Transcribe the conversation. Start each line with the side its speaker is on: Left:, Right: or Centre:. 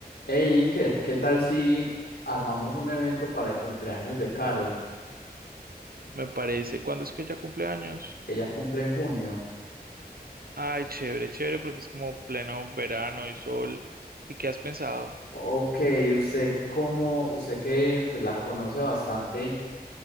Left: Hey Iker, ¿qué tal si armamos un evento para el cumpleaños de Carol?
Right: Me parece. ¿Cuándo es que ella cumple años?
Left: Ella cumple en junio.
Right: Ay, chévere, chévere, porque es como pleno verano y sol. ¿Y qué has pensado?
Left: Ok, usted como, usted que pues la conoce bastante,